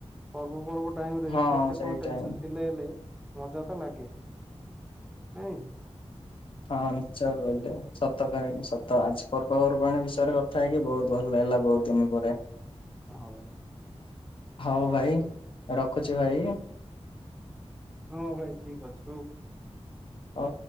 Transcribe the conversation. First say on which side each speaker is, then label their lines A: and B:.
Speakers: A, in the centre; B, on the left (about 55°).
A: ପର୍ବପର୍ବ ଟାଇମରେ
B: ହଁ
A: କେତେ
B: ସେଇଟା
A: କଣ ଟେନସନ
B: ହିଁ
A: ଥିଲେ ହେଲେ ମଜା ତ ଲାଗେ। ନାଇଁ।
B: ହଁ ନିଶ୍ଚୟ କହିଲେ ସତ କାହିଁକି ସତ ଆଜି ପର୍ବପର୍ବାଣି ବିଷୟରେ କଥା ହେଇକି ବୋହୁତ ଭଲ ଲାଗିଲା ବୋହୁତ। ଦିନ ପରେ
A: ହଁ ଭାଇ
B: ହଉ ଭାଇ ରଖୁଛି ଭାଇ।
A: ହଁ ଭାଇ ଠିକ ଅଛି ହଉ।
B: ଅ।